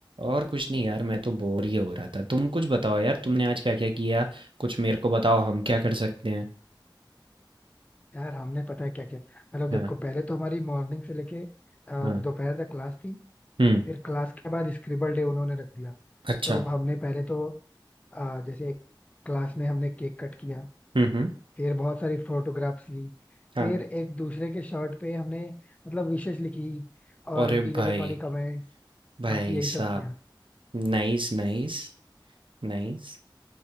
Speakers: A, on the right; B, on the left.
A: और कुछ नहीं यार मैं तो बोर ही हो रहा था तुम कुछ बताओ यार तुमने आज क्या क्या किया कुछ मेरे को बताओ हम क्या कर सकते हैं
B: यार हमने पता है क्या क्या मतलब
A: हाँ
B: देखो पहले तो हमारी मॉर्निंग से लेके अ,
A: हाँ
B: दोपहर तक क्लास थी
A: हम्म
B: फिर क्लास के बाद स्क्रिबल डे उन्होंने रख दिया
A: अच्छा
B: तो हमने पहले तो अ, जैसे क्लास में हमने केक कट किया
A: हम्म हम्म
B: फिर बहुत सारी फोटोग्राफ्स ली
A: हाँ
B: फिर एक दूसरे के शर्ट पे हमने मतलब विशेष लिखी और
A: अरे
B: भी जैसे
A: भाई
B: फनी कमेंट्स
A: भाई
B: बाकी यही
A: साहब
B: सब किया
A: Nice nice nice